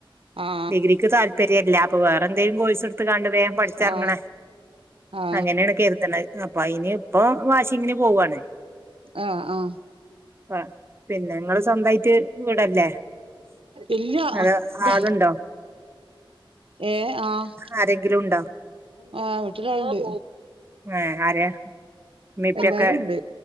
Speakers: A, on the right (about 75°); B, on the right (about 25°).
A: ആ
B: ഡിഗ്രിക്ക് താല്പര്യല്ല അപ്പ വേറെ എന്തേങ്കിലും കോഴ്സ് എടുത്ത് കാണ്ട് വേഗം പഠിച്ചിറങ്ങണം
A: ആ ആ
B: അങ്ങനെയാണ് കേക്കണത് അയിന് ഇപ്പൊ അയിനി ഇപ്പൊ വാശിയിങ്ങനെ പോവാണ്.
A: ആഹ് ആഹ്
B: ആഹ് പിന്നെ നിങ്ങള് സ്വന്തമായിട്ട് വീടല്ലേ
A: ഇല്ല
B: അതോ
A: ദാ
B: ആള് ഇണ്ടോ
A: ഏ ആഹ്
B: ആരെങ്കിലും ഉണ്ടോ
A: ആ ഹ് വീട്ടില് ആളുണ്ട്
B: ഏ ആരെ ഉമ്മിപ്പിയൊക്കെ
A: എല്ലാരുയുണ്ട്